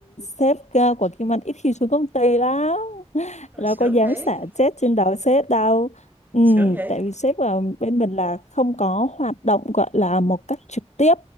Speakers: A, on the left (about 85°); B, on the right (about 15°).
A: sếp ờ, của Kim Anh ít khi xuống công ty lắm
B: Ờ,
A: đâu
B: sướng
A: có dám
B: vậy,
A: xả chết trên đầu sếp đâu ừ,
B: sướng vậy!
A: tại vì sếp ở bên mình là không có hoạt động gọi là một cách trực tiếp